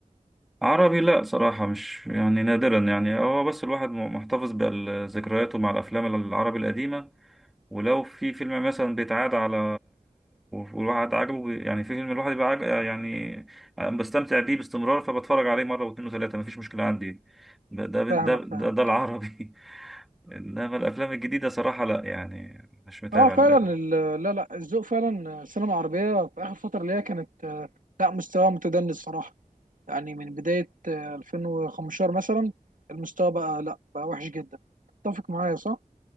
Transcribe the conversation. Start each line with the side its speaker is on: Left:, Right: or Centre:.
Centre: عربي لا صراحة مش يعني نادرا يعني هو بس الواحد م- محتفظ بذكرياته مع الأفلام العربي القديمة ولو في فيلم مثلا بيتعاد على والواحد عاجبه بي- يعني في فيلم الواحد بيبقى عاجب يعني بستمتع بيه باستمرار فبتفرج عليه مرة واتنين وتلاتة مفيش مشكلة عندي ده ده ده
Right: فاهمك
Centre: ده,
Right: فاهمك
Centre: ده العربي <laughs> إنما الأفلام الجديدة صراحة لا يعني مش متابع
Right: اه فعلا
Centre: للأسف
Right: ال- لا لا الذوق فعلا آه، السينما العربيه في اخر فتره اللي هي كانت آه، لا مستوى متدني الصراحه يعني من بداية آه، 2015 مثلا المستوى بقى لا بقى وحش جدا تتفق معايا صح؟